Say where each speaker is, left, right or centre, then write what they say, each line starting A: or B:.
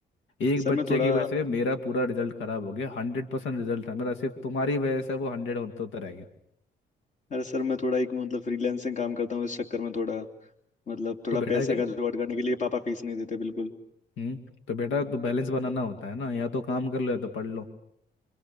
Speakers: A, on the left; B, on the left.
A: एक
B: सर
A: बच्चे
B: मैं थोड़ा
A: की वजह से मेरा पूरा रिजल्ट खराब हो गया हंड्रेड परसेंट रिजल्ट था मेरा सिर्फ तुम्हारी वजह से वो हंड्रेड होता रह गया
B: अरे सर मैं थोड़ा एक मतलब फ्रीलांसिंग काम करता हूँ इस चक्कर में थोड़ा मतलब थोड़ा
A: तो बेटा
B: पैसा का जुगाड़ करने के लिए पापा फीस नहीं देते बिल्कुल
A: हम्म तो बेटा तो बैलेंस बनाना होता है ना या तो काम कर लो या तो पढ़ लो